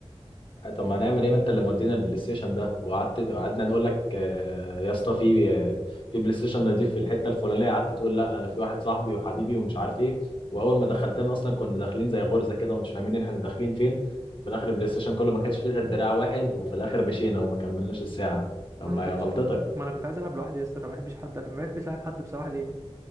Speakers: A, on the left (about 50°); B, on the right (about 25°).
A: آه، طب ما هنعمل ايه ما انت اللي مودينا البلاي ستيشن ده وقعدت قعدنا نقول لك آه، يا اسطى في آه، في بلاي ستيشن نضيف في الحتة الفلانية قعدت تقول لا انا في واحد صاحبي وحبيبي ومش عارف ايه واول ما دخلتنا اصلا كنا داخلين زي غرزة كده ومش فاهمين احنا داخلين فين وفي الاخر البلاي ستيشن كله ما كانش فيه غير دراع واحد وفي الاخر مشينا وما كملناش الساعة طب
B: ما
A: ما
B: انا ما كنتش
A: هي غلطتك
B: ما انا كنت عايز العب لوحدي يس انا ما بحبش حد ما بحبش العب حد بصراحه ليه